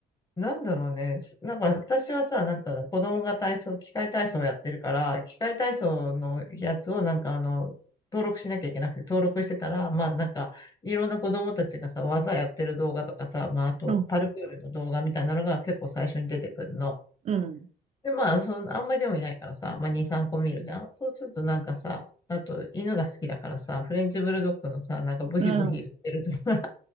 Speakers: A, on the left; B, on the right.
A: なんだろうね。すなんか私はさ、なんか子供が体操、器械体操をやってるから、器械体操のやつをなんかあの、登録しなきゃいけなくて、登録してたら、まあなんか、いろんな子供たちがさ、技やってる動画とかさ、まああと、
B: うん、
A: パルクールの動画みたいなのが結構最初に出てくるの。
B: うん、
A: で、まあ、その、あんまり興味ないからさ、まあ2、3個見るじゃん。そうするとなんかさ、あと、犬が好きだからさ、フレンチブルドッグのさ、なんかブヒブヒ言ってるとか
B: うん。